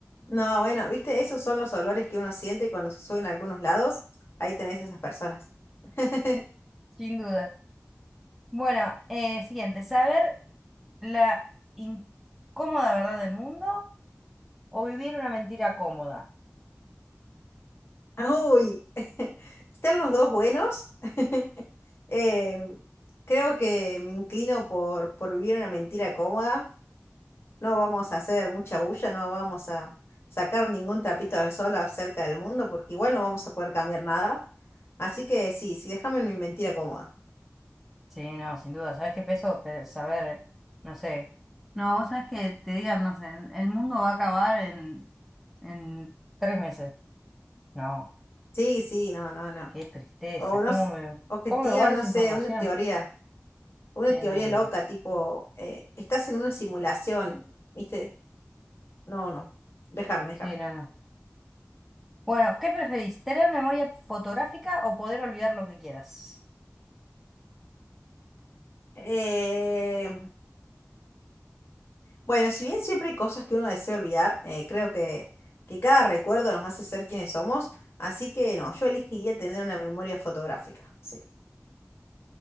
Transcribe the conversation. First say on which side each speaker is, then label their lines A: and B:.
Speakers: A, on the left; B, in the centre.
A: No, bueno, viste, esos son los olores que uno siente cuando se sube en algunos lados. Ahí tenés esas personas. <laughs>
B: sin duda. Bueno, eh, siguiente, saber la incómoda verdad del mundo o vivir una mentira cómoda.
A: Uy, <laughs> están los dos buenos. <laughs> Eh, creo que me inclino por, por vivir una mentira cómoda. No vamos a hacer mucha bulla, no vamos a sacar ningún trapito al sol acerca del mundo, porque igual no vamos a poder cambiar nada. Así que sí, sí, déjame en mi mentira cómoda.
B: Sí, no, sin duda. ¿Sabes qué peso? Te- saber, no sé. No, vos sabés que te digan, no sé, el el mundo va a acabar en, en tres meses. No,
A: Sí, sí, no, no, no.
B: qué tristeza.
A: O no,
B: ¿Cómo
A: s-
B: me,
A: o que
B: cómo
A: te
B: me
A: digan,
B: guardo
A: no
B: esa
A: sé,
B: información?
A: una teoría. una
B: Sí,
A: teoría
B: no, no,
A: loca,
B: no.
A: tipo, eh, estás en una simulación, ¿viste? No, no, déjame, déjame.
B: Sí, no, no. Bueno, ¿qué preferís? ¿Tener memoria fotográfica o poder olvidar lo que quieras?
A: Eh, bueno, si bien siempre hay cosas que uno desea olvidar, eh, creo que, que cada recuerdo nos hace ser quienes somos, así que no, yo elegiría tener una memoria fotográfica, sí,